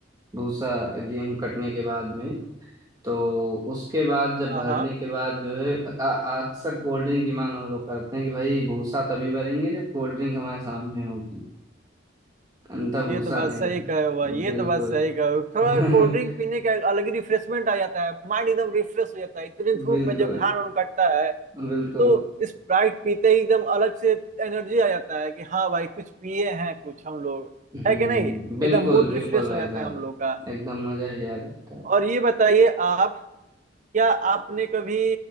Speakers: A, on the right (about 20°); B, on the right (about 40°).
A: भूसा गेहूं कटने के बाद में तो उसके बाद जब
B: हाँ
A: भरने
B: हाँ
A: के बाद जो है अ- अ- अक्सर कोल्ड ड्रिंक की मांग हम लोग करते हैं कि भाई भूसा तभी भरेंगे जब कोल्ड ड्रिंक हमारे सामने होगी अंतः भूसा
B: ये तो बात
A: नहीं
B: सही
A: भरेंगे
B: कहे हुआ ये
A: बिल्कुल
B: तो बात सही कहे हुआ। थोड़ा
A: <laughs>
B: कोल्ड ड्रिंक पीने का एक अलग ही रिफ्रेशमेंट आ जाता है माइंड एकदम रिफ्रेश हो जाता है इतनी धूप
A: बिल्कुल
B: में जब धान उन कटता है
A: बिल्कुल
B: तो स्प्राइट पीते ही एकदम अलग से एनर्जी आ जाता है कि हाँ भाई कुछ पिए हैं कुछ हम लोग
A: हम्म
B: है कि नहीं
A: बिल्कुल
B: एकदम मूड रिफ्रेश
A: बिल्कुल भाई
B: हो जाता
A: साहब
B: है हम लोग का
A: एकदम मजा ही आ जाता है
B: और ये बताइए आप क्या आपने कभी